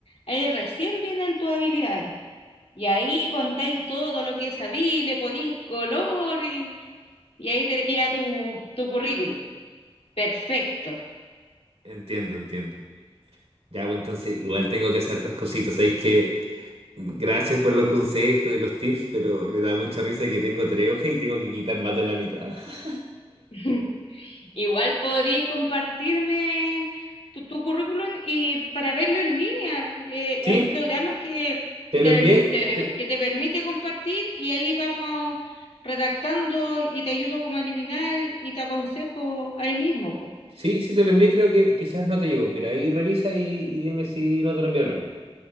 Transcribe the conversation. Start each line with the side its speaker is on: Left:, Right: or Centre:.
Left: ahí recién vienen tus habilidades. Y ahí contáis todo lo que sabí, le ponéis color y, y ahí te queda tu, tu currículum. Perfecto.
Right: Entiendo, entiendo. Ya, bueno, entonces igual tengo que hacer hartas cositas. Sabéis que gracias por los consejos y los tips, pero me da mucha risa que tengo tres hojas y tengo que quitar más de la mitad. <laughs>
Left: <laughs> Igual podríais compartirme tu, tu currículum y para verlo en línea. Eh,
Right: Sí,
Left: hay programas que,
Right: te
Left: que
Right: lo
Left: te,
Right: envié.
Left: te-
Right: te-
Left: que te permite compartir y ahí vamos redactando y te ayudo como a eliminar y te aconsejo ahí mismo, po.
Right: Sí, sí, te lo envié, creo que quizás no te llegó. Mira, ahí revisa y, y dime si no te lo envío de nuevo.